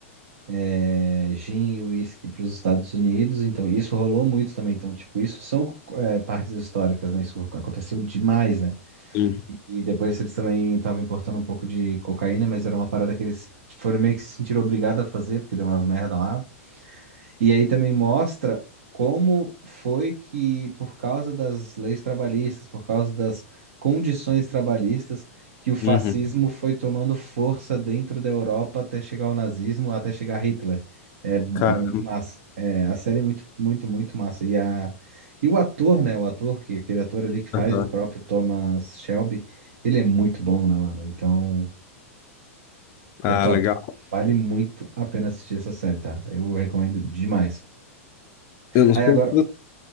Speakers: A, on the right; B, on the left.
A: é, gin e uísque para os Estados Unidos, então isso rolou muito também. Então, tipo, isso são é, partes históricas, né? Isso aconteceu demais, né?
B: Sim.
A: E depois eles também estavam importando um pouco de cocaína, mas era uma parada que eles foram meio que se sentiram obrigados a fazer, porque deu umas merda lá. E aí também mostra como foi que, por causa das leis trabalhistas, por causa das condições trabalhistas, que o fascismo
B: Uhum.
A: foi tomando força dentro da Europa até chegar ao nazismo, até chegar Hitler. É, é
B: Cara,
A: muito massa. É, a série é muito, muito, muito massa. E, a, e o ator, né? O ator, que aquele ator ali que faz
B: aham.
A: o próprio Thomas Shelby, ele é muito bom, né, mano? Então, é
B: ah,
A: top.
B: legal.
A: Vale muito a pena assistir essa série, tá? Eu recomendo demais.
B: Eu não
A: Aí
B: sei
A: agora,
B: se...